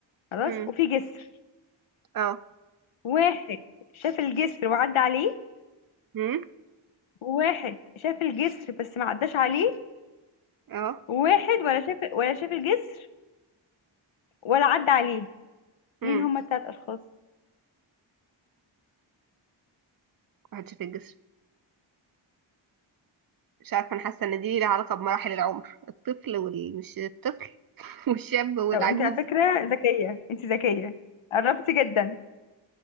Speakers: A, on the left; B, on the right.
A: خلاص
B: هم
A: وفي جسر
B: اه
A: واحد شاف الجسر وعدى عليه
B: هم
A: وواحد شاف الجسر بس ما عداش عليه
B: اه
A: وواحد ولا شاف ولا شاف الجسر ولا عدى عليه
B: هم
A: مين هما التلات اشخاص
B: محدش في الجسر مش عارفة أنا حاسة إن دي ليها علاقة بمراحل العمر الطفل وال مش الطفل <laughs> والشاب والعجوز
A: طب انت على فكرة
B: <laughs>
A: ذكية انت ذكية قربتي جدا